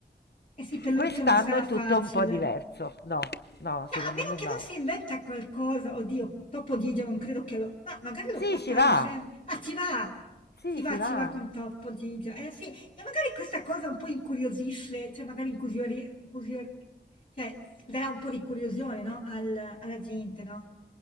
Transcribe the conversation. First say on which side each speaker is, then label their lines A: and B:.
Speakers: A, on the left (about 45°); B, on the left (about 65°).
A: E sì, Pelluccio
B: Quest'anno
A: non sarà
B: è
A: facile.
B: tutto un po' diverso. No, no,
A: Cioè,
B: secondo
A: a meno
B: me
A: che
B: no.
A: non si inventa qualcosa, oddio, Topodigia non credo che lo... Ma magari
B: Sì,
A: lo porta
B: ci va.
A: in scena. Ah, ci va!
B: Sì,
A: Ci va,
B: ci va.
A: ci va con Topodigia. Eh sì, e magari questa cosa un po' incuriosisce, cioè magari incuriori... incurior- cioè, darà un po' di curiosione, no? Al- alla gente, no?